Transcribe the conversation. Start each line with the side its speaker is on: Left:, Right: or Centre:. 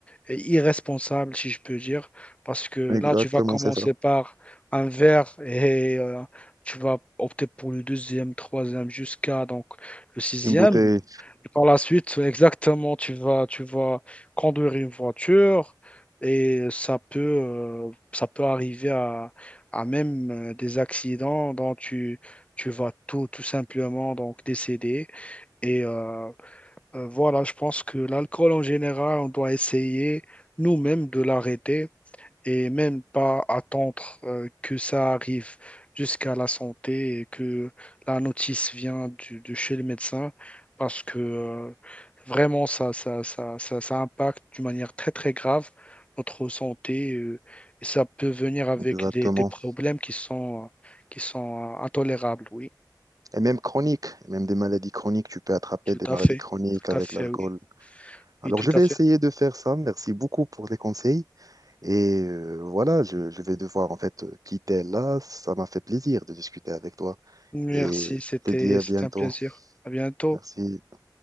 Left: et irresponsable, si je peux dire. Parce que
Right: Exactement,
Left: là, tu vas commencer
Right: c'est ça.
Left: par un verre et euh, tu vas opter pour le deuxième, troisième, jusqu'à donc le sixième.
Right: Une bouteille,
Left: Et Par la suite, exactement, tu vas, tu vas conduire une voiture et ça peut, euh, ça peut arriver à, à même euh, des accidents dont tu, tu vas tout, tout simplement donc décéder. Et euh, euh, voilà, je pense que l'alcool en général, on doit essayer nous-mêmes de l'arrêter et même pas attendre euh, que ça arrive jusqu'à la santé et que la notice vient du- de chez le médecin parce que euh, vraiment ça, ça, ça, ça, ça impacte d'une manière très très grave notre santé euh, et ça peut venir avec
Right: exactement.
Left: des, des problèmes qui sont, qui sont euh, intolérables, oui,
Right: Et même chronique, même des maladies chroniques, tu peux attraper
Left: tout
Right: des
Left: à
Right: maladies
Left: fait,
Right: chroniques
Left: tout
Right: avec
Left: à fait,
Right: l'alcool.
Left: oui,
Right: Alors,
Left: oui, tout
Right: je vais
Left: à fait.
Right: essayer de faire ça. Merci beaucoup pour les conseils. Et euh, voilà, je, je vais devoir, en fait, quitter là. Ça m'a fait plaisir de discuter avec toi.
Left: Merci,
Right: Et je
Left: c'était,
Right: te dis à
Left: c'était
Right: bientôt.
Left: un plaisir. À bientôt.
Right: Merci.